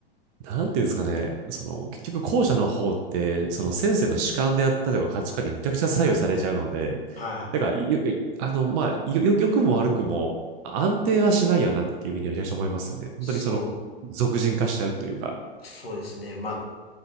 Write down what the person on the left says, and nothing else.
はい。
そ
う、そうですね。まあ、